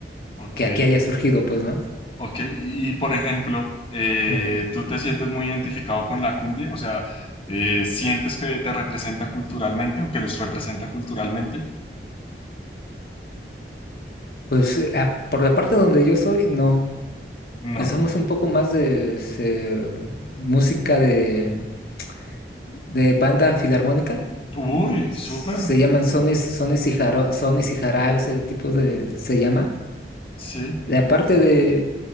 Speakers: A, on the left; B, on the left.
A: ok.
B: que aquí haya surgido, pues, ¿no?
A: Ok, y por ejemplo, eh,
B: Como que-
A: ¿tú te sientes muy identificado con la cumbia? O sea, eh, ¿sientes que te representa culturalmente o que los representa culturalmente?
B: pues eh, ah, por la parte donde yo soy, no.
A: No.
B: Eh, Somos un poco más de este, música de, de banda filarmónica. L-
A: Uy,
B: Se
A: súper.
B: llaman sones, sones y jaro- sones y jarabes, ese tipo de, se llama.
A: Sí.
B: La parte de,